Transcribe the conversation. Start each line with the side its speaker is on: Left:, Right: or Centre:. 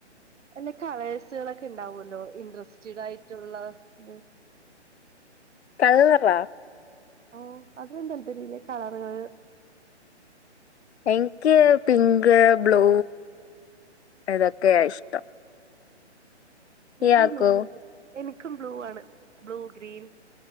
Right: എല്ല കളേഴ്സുകളൊക്കെ ഉണ്ടാവല്ലോ ഇന്ററസ്റ്റഡ് ആയിട്ടുള്ള ഇത്.
Left: കള്ളറ
Right: ഓ അതിലൊന്നും താല്പര്യല്ല കളറ്കൾ
Left: എനിക്ക് പിങ്ക് ബ്ലൂ ഇതൊക്കെയ ഇഷ്ടം
Right: ഞാനും
Left: ഇയാക്കോ
Right: ബ്ലൂവാണ് എനിക്കും ബ്ലൂവാണ് ബ്ലൂ ഗ്രീൻ